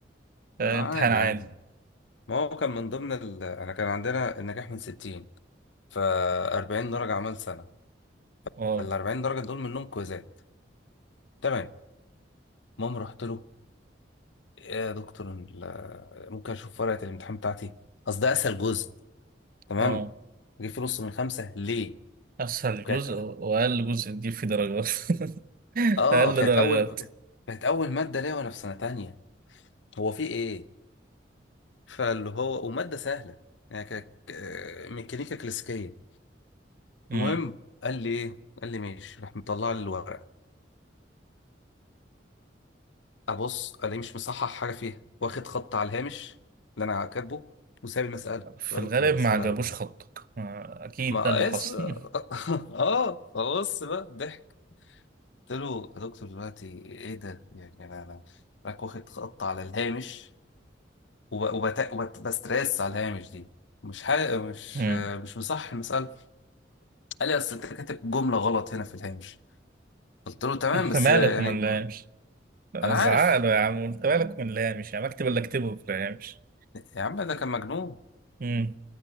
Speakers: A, on the right; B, on the left.
A: آه،
B: آه عادي
A: امتحان عادي
B: عادي ما هو كان من ضمن ال... انا كان عندنا النجاح من 60 ف 40 درجة عمل سنة
A: اه
B: ال 40 درجه دول منهم كويزات تمام المهم رحت له إيه يا دكتور ال- ممكن اشوف ورقه الامتحان بتاعتي اصل ده اسهل جزء تمام
A: اه
B: جيب فيه نص من خمسه ليه
A: اسهل
B: كانت
A: جزء واقل جزء تجيب فيه درجات <laughs>
B: اه
A: اقل
B: كانت
A: درجات
B: اول كانت كانت اول ماده ليا وانا في سنه تانية هو في ايه فاللي هو وماده سهله يعني كانت آه، ميكانيكا كلاسيكيه
A: مم.
B: المهم قال لي ايه قال لي ماشي راح مطلع لي الورقه ابص الاقيه مش مصحح حاجه فيها واخد خط على الهامش اللي انا كاتبه وسايب المساله قلت
A: في
B: له يا
A: الغالب
B: دكتور المساله
A: ما عجبوش
B: يعني
A: خطك آه، اكيد
B: ما
A: ده اللي حصل
B: اس <laughs>
A: <laughs>
B: اه فبص بقى ضحك قلت له يا دكتور دلوقتي ايه ده يعني انا انا راك واخد خط على الهامش وب- وبت... وبستريس على الهامش دي مش حاجة مش
A: مم.
B: مش مصح المسألة قال لي اصل انت كاتب جملة غلط هنا في الهامش قلت له تمام
A: انت
B: بس
A: مالك
B: يعني
A: وما نلامش
B: انا
A: زعق
B: عارف
A: له يا عم انت مالك وما نلامش يا مكتب اللي اكتبه ما نلامش
B: يا عم ده كان مجنون
A: امم